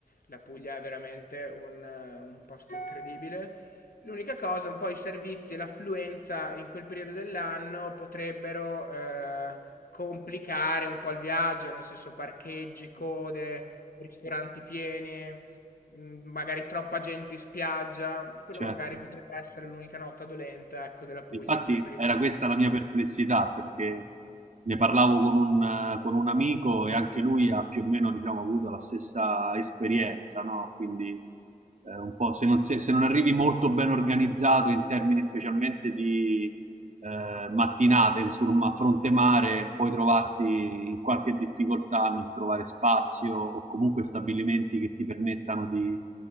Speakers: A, on the left; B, on the right.
A: La Puglia è veramente un, eh, un posto incredibile. L'unica cosa, un po' i servizi e l'affluenza in quel periodo dell'anno potrebbero eh, complicare un po' il viaggio, nel senso parcheggi, code, ristoranti pieni, mh, magari troppa gente in spiaggia. Quello
B: Certo.
A: magari potrebbe essere l'unica nota dolente, ecco, della Puglia
B: Infatti
A: in quel periodo
B: era questa
A: dell'anno.
B: la mia perplessità perché ne parlavo con un, con un amico e anche lui ha più o meno, diciamo, avuto la stessa esperienza, no? Quindi eh, un po' se non, se- se non arrivi molto ben organizzato in termini specialmente di, eh, mattinate sul ma- fronte mare, puoi trovarti in qualche difficoltà nel trovare spazio o comunque stabilimenti che ti permettano di